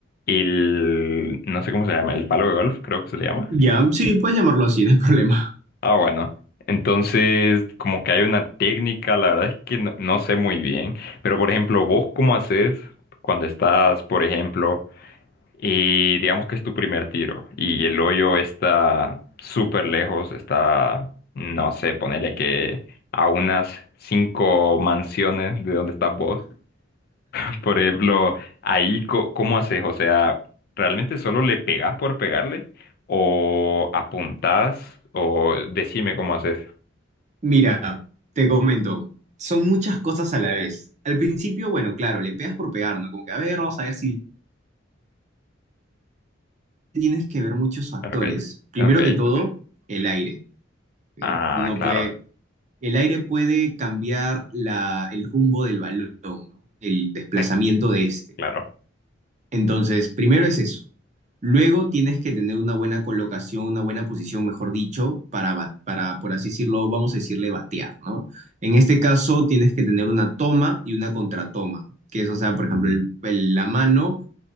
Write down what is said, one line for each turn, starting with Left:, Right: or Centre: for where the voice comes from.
Left: el, no sé cómo se llama, el palo de golf, creo que se le llama.
Right: Ya, sí, puedes llamarlo así, no hay <laughs> problema.
Left: Ah, bueno. Entonces, como que hay una técnica, la verdad es que no, no sé muy bien, pero por ejemplo, vos cómo haces cuando estás, por ejemplo, y digamos que es tu primer tiro y el hoyo está súper lejos, está, no sé, ponele que a unas cinco mansiones de donde estás vos. <laughs> Por ejemplo, ahí, co- ¿cómo haces? O sea, ¿realmente solo le pegas por pegarle? ¿O apuntás? ¿O decime cómo haces?
Right: Mira, te comento, son muchas cosas a la vez. Al principio, bueno, claro, le pegas por pegar, ¿no? Como que, a ver, vamos a ver si tienes que ver muchos factores.
Left: Ok,
Right: Primero
Left: ok.
Right: que todo, el aire, ¿ok?
Left: Ah,
Right: No
Left: claro,
Right: puede, el aire puede cambiar la, el rumbo del balón, ¿no? El desplazamiento
Left: eh,
Right: de este.
Left: claro.
Right: Entonces, primero es eso. Luego tienes que tener una buena colocación, una buena posición, mejor dicho, para, ba- para, por así decirlo, vamos a decirle batear, ¿no? En este caso tienes que tener una toma y una contratoma, que es, o sea, por
Left: Mm,
Right: ejemplo, el- el- la mano,